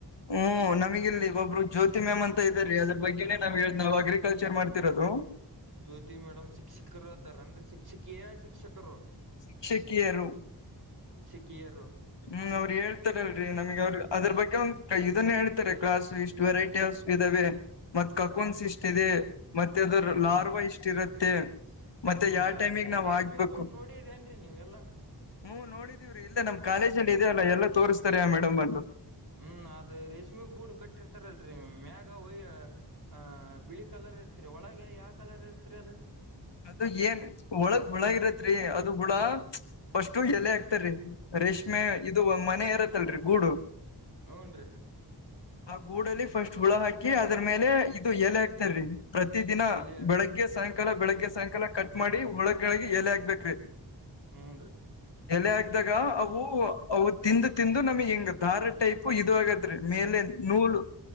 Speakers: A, on the left; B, on the right.
A: ಹ್ಮ್ ನಮಗ ಇಲ್ಲಿ ಒಬ್ರು ಜ್ಯೋತಿ ಮ್ಯಾಮ್ ಅಂತ ಇದ ರೀ ಅದ್ರ ಬಗ್ಗೆ ನಾವ್ ನಾವು ಅಗ್ರಿಕಲ್ಚರ್ ಮಾಡ್ತಿರೋದು
B: ಜ್ಯೋತಿ ಮೇಡಮ್ ಶಿಕ್ಷಕರ್ದಾರ ಅಂದ್ರೆ ಶಿಕ್ಷಿಕಿಯ ಶಿಕ್ಷಕರು
A: ಶಿಕ್ಷಕಿಯರು
B: ಕಿಯರೋ
A: ಹ್ಮ್ ಅವ್ರ ಹೇಳ್ತಾರಲ್ರರಿ ನಮಗ್ ಅವ್ರ ಅದ್ರ ಬಗ್ಗೆ ಒ ಇದನ್ನ ಹೇಳ್ತಾರೆ ಕ್ಲಾಸ್ ಇಷ್ಟು ವೆರೈಟಿ ಇದಾವೆ ಮತ್ ಕಕೋನ್ಸ್ ಇಷ್ಟ ಇದೆ ಮತ್ತೆ ಅದ್ರ
B: ಹೂನ್ರಿ
A: ಲಾರ್ವಾ ಇಷ್ಟ ಇರುತ್ತೆ ಮತ್ತೆ ಮತ್ತೆ
B: ಹೂನ್ರಿ
A: ಯಾವ
B: ಅದ್ನೇ
A: ಟೈಮಗ್ ನಾವ್
B: ರೇಷ್ಮೆ
A: ಆಗ್ಬೇಕು
B: ಗೂಡ್ ನೋಡಿರೇನ್ರಿ ನೀವ್ ಎಲ್ಲಾ
A: ಹ್ಮ್ ನೋಡಿದೀವ್ರೀ ಇಲ್ಲ ನಮ ಕಾಲೇಜ ಅಲ್ಲಿ ಇದೆೆಯಲ್ಲ ಎಲ್ಲ ತೋರಿಸ್ತಾರೆ ಮೇಡಮ್ ಬಂದು
B: ಹ್ಮ್ ಅದ ರೇಷ್ಮೆ ಗೂಡ್ ಕಟ್ಟಿರ್ತಾರಲ್ರರಿ ಮ್ಯಘ ಒಯ ಆ ಬಿಳಿ ಕಲರ್ ಇರ್ತರಿ ಒಳಗ ಯಾವ ಕಲರ್ ಇರ್ತ್ರಿ ಅದ
A: ಅದು ಏನ್ ಒಳಗ್ ಹುಳ ಇರತ್ರಿ ಅದು ಹುಳ ಫಸ್ಟು ಎಲೆ ಹಾಕ್ತಾರಿ ರೇಷ್ಮೆ ಇದು ಮನೆಯರ ಲ್ರಿ ಗೂಡು
B: ಹೂನ್ ರೀ
A: ಆ ಗೂಡಲ್ಲಿ ಫಸ್ಟ್ ಹುಳ ಹಾಕಿ ಅದ್ರ ಮೇಲೆ ಇದು ಎಲೆ ಹಾಕ್ತಾರಿ ಪ್ರತ ದಿನ
B: ಇಲ್ಲಿ
A: ಬೆಳಿಗ್ಗೆ ಸಾಯಂಕಾಲ ಬೆಳಿಗ್ಗೆ ಕಟ್ ಮಾಡಿ ಒಳಗ್ಳಗೆ ಎಲೆ ಹಾಕ್ಬೇಕ್ರೀ
B: ಹೂನ್ರಿ
A: ಎಲೆ ಹಗ್ದಾಗ ಅವು ಅವು ತಿಂದು ತಿಂದು ನಮಗ್ ಹಿಂಗ್ ದಾರ ಟೈಪ್ ಆಗತ್ೀ ಮೇಲೆ ನೂಲ್